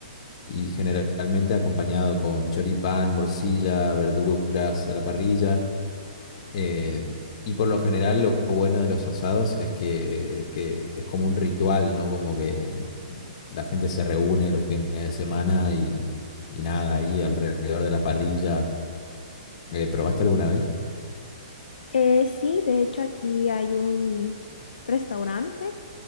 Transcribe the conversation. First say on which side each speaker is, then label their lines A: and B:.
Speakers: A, on the left; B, on the left.
A: y generalmente acompañado con choripán, morcilla, verduras a la parrilla. eh, y por lo general lo bueno de los asados es que, es que es como un ritual, ¿no? Como que la gente se reúne los fines de semana y, y nada, ahí alrededor de la parrilla. Eh, ¿probaste alguna vez?
B: Eh, sí, de hecho aquí hay un restaurante